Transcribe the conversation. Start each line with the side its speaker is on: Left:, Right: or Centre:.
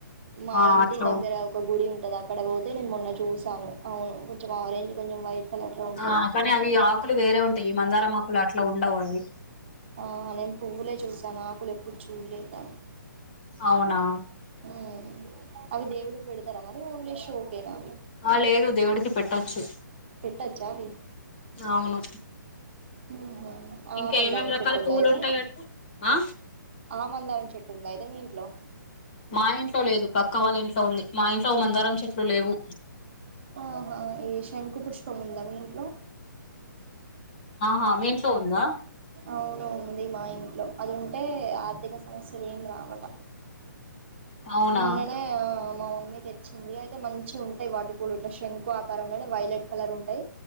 Right: మా
Left: ఆ
Right: ఇంటి
Left: అట్లా
Right: దగ్గర ఒక గుడి ఉంటది అక్కడ పోతే నేను మొన్న చూసి తాను అవును కొంచెం ఆరంజ్ కొంచెం వైట్ కలర్ లో ఉంటాయి
Left: ఆ కానీ అవి ఆ ఆకులు వేరే ఉంటాయి ఈ మందారమాకులు అట్లా ఉండవు అవి
Right: ఆ నేను పువ్వులే చూసాను ఆకులు ఎప్పుడు చూల్లేదా
Left: అవునా
Right: ఉమ్ అవి దేవుడికి పెడుతారా మరి ఓన్లీ షోకేనా
Left: ఆ లేదు దేవుడికి పెట్టొచ్చు
Right: పెట్టొచ్చా అవి
Left: అవును
Right: ఉమ్ హు ఆ
Left: ఇంకా
Right: మందారం
Left: ఏమేమి రకాల
Right: చెట్టు ఉందా
Left: పువ్వులు
Right: అయితే
Left: ఉంటాయి అటు ఆ
Right: ఆ మందారం చెట్టు ఉందా అయి తే మీ ఇంట్లో
Left: మా ఇంట్లో లేదు పక్క వాళ్ళ ఇంట్లో ఉంది మా ఇంట్లో ఓ మందారం చెట్లు లేవు
Right: ఓహో ఇది శంఖు పుష్పం ఉందా మీ ఇంట్లో
Left: ఆహా మీ ఇంట్లో ఉందా
Right: అవును ఉంది మా ఇంట్లో అది ఉంటే ఆర్థిక సమస్యలు ఏం రావట
Left: అవునా
Right: మొన్ననే ఆమ్ మా మమ్మీ తెచ్చింది అయితే మంచిగుంటాయి వాటికి కూడా ఇట్ల శంఖు ఆకారంలోనే వైలెట్ కలర్ ఉంటాయ్.